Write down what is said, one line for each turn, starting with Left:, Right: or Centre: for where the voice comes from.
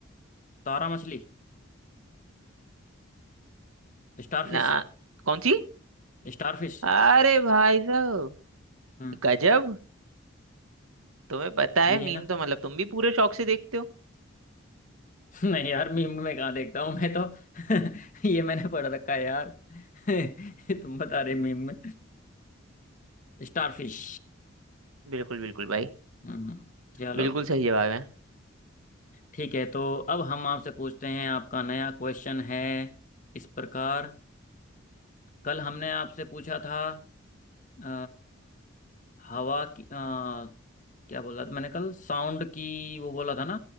Left: तारा मछली स्टारफिश
Right: ना कौन सी
Left: स्टारफिश
Right: अरे भाई साहब
Left: हम्म
Right: गजब तुम्हें पता है
Left: यही
Right: मीम
Left: है ना
Right: तो मतलब तुम भी पूरे शौक से देखते हो
Left: <laughs> नहीं यार मीम में कहाँ देखता हूँ मैं तो <laughs> ये मैंने पढ़ रखा है यार <laughs> तुम बता रहे मीम में स्टारफिश
Right: बिल्कुल बिल्कुल भाई
Left: हम्म चलो
Right: बिल्कुल सही जवाब है
Left: ठीक है तो अब हम आपसे पूछते हैं आपका नया क्वेश्चन है इस प्रकार कल हमने आपसे पूछा था अ, हवा की अ, क्या बोला था मैंने कल साउंड की वो बोला था ना